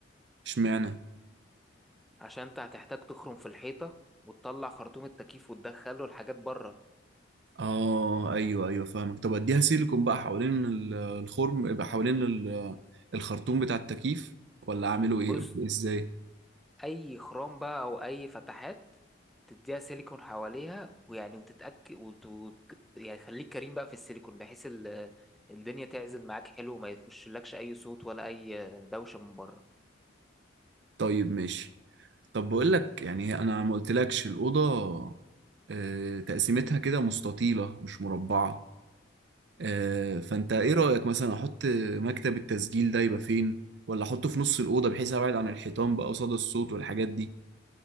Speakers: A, on the right; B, in the centre.
A: اشمعنى
B: عشان انت هتحتاج تخرم في الحيطه وتطلع خرطوم التكييف وتدخله الحاجات بره
A: اه ايوه ايوه فاهمك طب اديها سيليكون بقى حوالين ال- الخرم يبقى حوالين ال- الخرطوم بتاع التكييف ولا اعمله ايه
B: بص
A: ازاي
B: اي خرام بقى او اي فتحات تديها سيليكون حواليها ويعني وتتاكد وت... وت- يعني خليك كريم بقى في السيليكون بحيث ال... الدنيا تعزل معاك حلو وما يخشلكش اي صوت ولا اي دوشه من بره
A: طيب ماشي طب بقول لك يعني انا ما قلتلكش الاوضه آه، تقسيمتها كده مستطيله مش مربعه آه، فانت ايه رايك مثلا احط مكتب التسجيل ده يبقى فين ولا احطه في نص الاوضه بحيث ابعد عن الحيطان بقى قصاد الصوت والحاجات دي